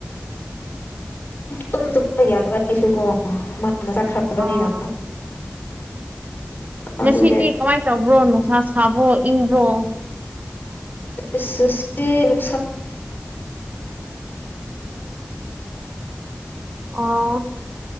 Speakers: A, on the left; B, on the right.
A: ꯇꯨꯝ ꯇꯨꯝꯕ ꯌꯥꯗꯕ ꯂꯩꯁꯨ ꯀꯣ ꯃꯥꯅ ꯆꯠꯈ꯭ꯔꯕꯅꯤꯅ
B: ꯑꯥ ꯉꯁꯤꯗꯤ
A: ꯑꯗꯨꯒꯤ
B: ꯀꯃꯥꯏꯅ ꯇꯧꯕ꯭ꯔꯣ ꯅꯨꯡꯁꯥ ꯁꯥꯕ꯭ꯔꯣ ꯏꯪꯕ꯭ꯔꯣ
A: ꯁꯤꯅꯨꯝ
B: ꯑꯣ